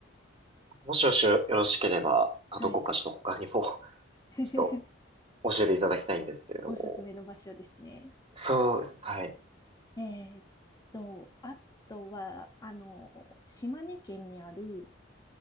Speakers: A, on the right; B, on the left.
A: もしもしよろしければ、あどこかちょっと他にも
B: はい。
A: <laughs>
B: <laughs>
A: ちょっと教えていただきたいんですけれども。
B: おすすめの場所ですね。
A: そうですね。はい。
B: えーっと、あとは、あの、島根県にある